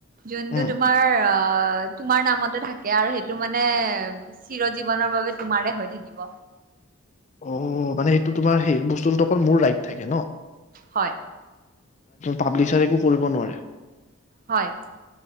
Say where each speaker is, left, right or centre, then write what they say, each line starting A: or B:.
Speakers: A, on the right (about 40°); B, on the left (about 35°).
A: যোনটো
B: উম
A: তোমাৰ অ অ তোমাৰ নামতে থাকে আৰু সেইটো মানে চিৰ জীৱনৰ বাবে তোমাৰে হৈ থাকিব।
B: অ মানে সেইটো তোমাৰ সেই বস্তুটোত অকল মোৰ ৰাইট থাকে ন।
A: হয়।
B: পাব্লিচাৰে একো কৰিব নোৱাৰে! !
A: হয়।